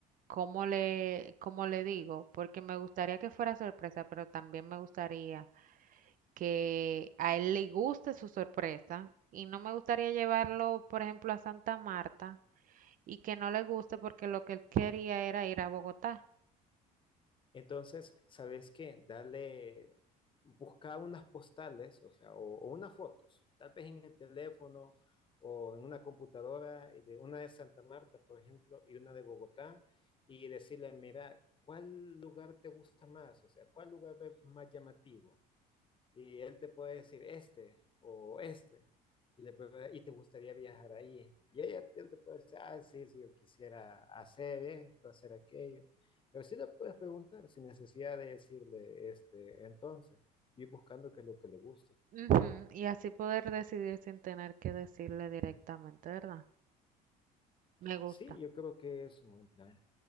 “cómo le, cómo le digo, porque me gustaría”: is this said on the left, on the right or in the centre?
Right